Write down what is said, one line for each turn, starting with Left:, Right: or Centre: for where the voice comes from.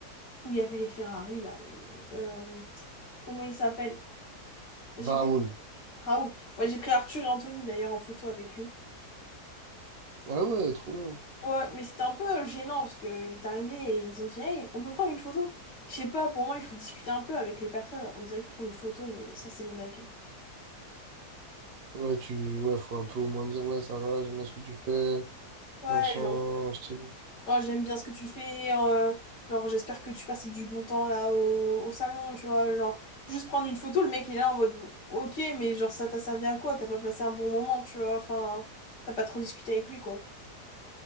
Left: où il y avait les Ferrari, là. euh, comment il s'appelle? J'ai
Right: Raoul.
Left: pris Raoul. Ouais, j'ai pris Arthur et Anthony, d'ailleurs, en photo avec lui.
Right: Ah ouais, trop bien.
Left: Ouais, mais c'était un peu gênant, parce qu'il est arrivé et ils ont dit, Hey, on peut prendre une photo. Je sais pas, pour moi, il faut discuter un peu avec les personnes. On dirait que prendre une photo, mais ça, c'est mon avis.
Right: Ouais, tu, ouais, faut un peu au moins dire, ouais, ça va, j'aime bien ce que tu fais,
Left: Ouais,
Right: machin,
Left: genre,
Right: je t'ai-
Left: oh, j'aime bien ce que tu fais. euh, genre, j'espère que tu passes du bon temps, là, au, au salon, tu vois. Genre, juste prendre une photo, le mec, il est là en mode, ok, mais genre, ça t'a servi à quoi? T'as pas passé un bon moment, tu vois. Enfin, t'as pas trop discuté avec lui, quoi.